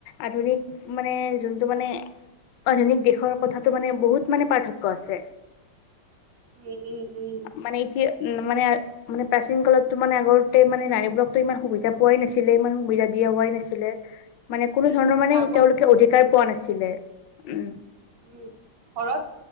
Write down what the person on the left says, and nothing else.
আধুনিক মানে যোনটো মানে আধুনিক দেশৰ কথাটো মানে বহুত মানে পাৰ্থক্য আছে।
মানে এতিয়া মানে মানে প্ৰাচীন কালতো মানে আগতে মানে নাৰীবোৰাক ইমান সুবিধা পোৱাই নাছিলে ইমান সুবিধা দিয়া হোৱাই নাছিলে। মানে কোনো
ধৰণৰ মানে
তেওঁলোকে অধিকাৰ পোৱা নাছিলে উম।